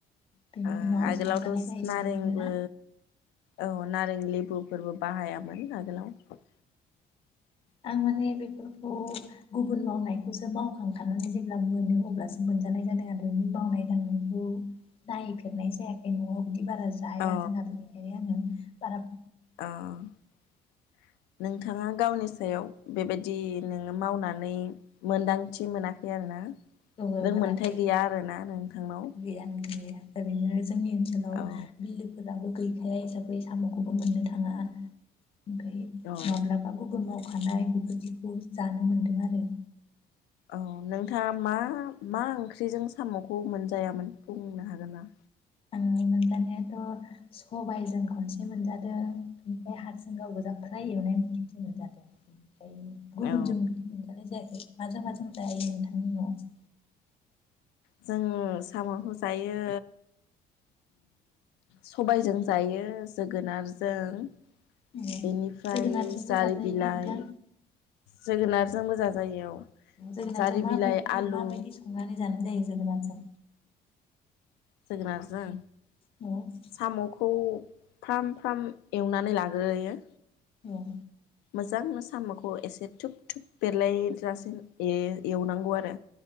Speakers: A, on the left; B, on the left.
A: बेनि
B: आ
A: उनाव
B: आगोलावथ'
A: संजानाय जाहैसिगोन
B: नारेंबो
A: आरोना
B: औ नारें लेबुफोरबो बाहायामोन आगोलाव।
A: आं माने बेफोर खौ गुबुन मावनायखौसो मावखांखानानै जेब्ला मोनो अब्लासो मोनजानाय जादों आरो बे मावनाय दांनायखौ नायफेरनाय जायाखै न'आव बिदि बारा जाया
B: अ
A: जोंहा बेनिखायनो आङो बारफ
B: अ नोंथां बिथाङा गावनि सायाव बेबायदि नोङो मावनानै मोनदांथि मोनाखै आरोना
A: गोहो
B: रोंमोनथाय
A: मोनाखै
B: गैया आरोना नोंथांनाव
A: गैयानो गैया ओरैनो जोंनि ओनसोलाव
B: औ
A: बिलोफोराबो गैखाया हिसाबै साम'खौबो मोननो थाङा ओमफ्राय
B: औ
A: माब्लाबा गुबुन माब खानाय बेबायदिखौ जानो मोन्दों आरो।
B: औ नोंथाङा मा मा ओंख्रिजों साम'खौ मोनजायामोन बुंनो हागोन ना?
A: ओम मोनजानायाथ' सबायजों खनसे मोनजादों बेनिफ्राय हारसिंगाव गोजा फ्राय एवनाय मोनजादों। ओमफ्राय गुबुनजों
B: औ
A: बिदि मोनजानाय जायाखै। माजों माजों जायो नोंथांनि न'आव?
B: जों साम'खौ जायो सबायजों जायो जोगोनारजों।
A: ए
B: बेनिफ्राय
A: जोगोनारजोंबो
B: जारि
A: जाजायोना
B: बिलाइ
A: नोंथां
B: जोगोनारजोंबो जाजायो औ
A: जोगोरजो
B: जारि
A: माबायदि
B: बिलाइ आलु
A: माबायदि संनानै जानाय जायो? जोगोनारजों
B: जोगोनारजों
A: औ
B: साम'खौ फ्राम फ्राम एवनानै लाग्रोयो।
A: औ
B: मोजांनो साम'खौ एसे धुुब थुुब बेरलाय लासे ए-एवनांगौ आरो